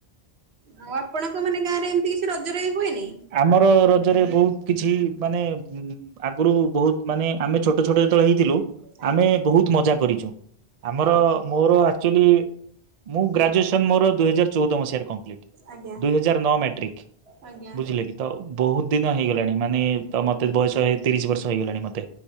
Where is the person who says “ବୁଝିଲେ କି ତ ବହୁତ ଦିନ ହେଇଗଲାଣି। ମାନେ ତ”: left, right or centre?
Right